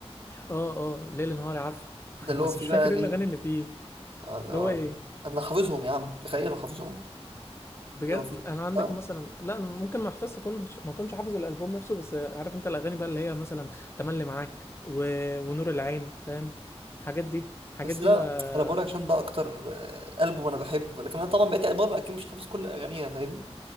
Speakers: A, on the left; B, on the right.
A: اه اه ليل نهاري عارفه <laughs>
B: ده اللي هو
A: بس
B: فيه
A: مش
B: بقى
A: فاكر
B: ليل
A: ايه الاغاني اللي فيه
B: آه،
A: اللي
B: آه،
A: هو ايه
B: انا حافظهم يا عم تخيل انا حافظهم
A: بجد
B: هو فيه
A: انا عندك
B: آه.
A: مثلا لا انا ممكن ما احفظش كنش ما كنتش حافظ الالبوم نفسه بس عارف انت الاغاني بقى اللي هي مثلا تملي معاك و... ونور العين فاهم الحاجات دي الحاجات
B: بس
A: دي
B: لا
A: ما
B: انا بقول لك عشان ده اكتر آه، البوم انا بحبه لكن انا طبعا بقيت البوم اكيد مش حافظ كل اغانيها فاهمني